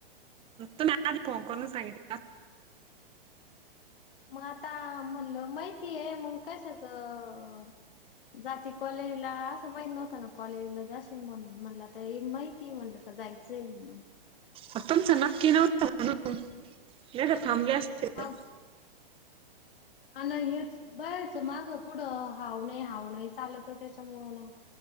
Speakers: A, on the right; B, on the left.
A: म माज प कोरो सय <inaudible>
B: मंग आता म्हणलं माहितीय आहे मंग कशाच म्हणलं जाती कॉलेजला असं माहित नव्हतं ना कॉलेजला जाशील म्हणून म्हणलं तर माहिती म्हणलं क जायचं आहे म्हणाला
A: आ तुमचं नक्की नव्हतं म्हणून नाही तर का थांबले असतीते
B: हा
A: <inaudible>
B: हा नाहीं हेंच बरायचं मागं पुढं हाव नाहीं हाव नाहीं चालतं त्यांच्या मुळ